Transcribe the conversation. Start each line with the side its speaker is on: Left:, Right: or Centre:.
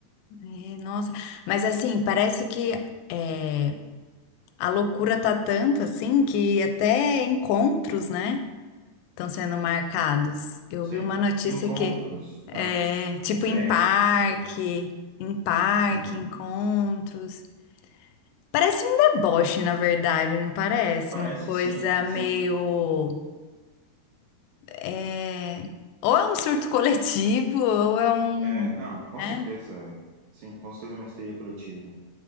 Left: É, nossa. Mas, assim, parece que é, a loucura tá tanto, assim, que até encontros, né, estão sendo marcados. Eu
Right: Sim.
Left: vi uma notícia
Right: Encontros,
Left: que, é,
Right: é,
Left: tipo,
Right: creches,
Left: em parque,
Right: essas coisas.
Left: em parque,
Right: Uhum.
Left: encontros. Parece um deboche, na verdade, não parece?
Right: Parece
Left: Uma coisa
Right: sim, sim.
Left: meio. É, ou é um surto coletivo, ou é um,
Right: É, não, com
Left: né?
Right: certeza, é. sim, com certeza é uma histeria coletiva.